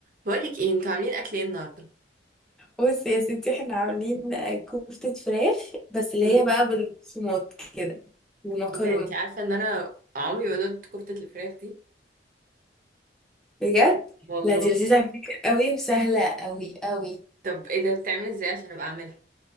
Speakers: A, on the right; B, in the centre.
A: بقولك ايه انتوا عاملين اكل ايه النهارده
B: بصي يا ستي احنا عاملين آه، كفتة فراخ بس اللي
A: امم
B: هي بقى بالصومات كده ومكرونة
A: ايه ده انت عارفه ان انا عمري ما دقت كفته الفراخ دي
B: بجد
A: والله
B: لا دي لذيذة على فكرة قوي وسهلة قوي قوي
A: طب ايه ده بتعمل ازاي عشان ابقى اعملها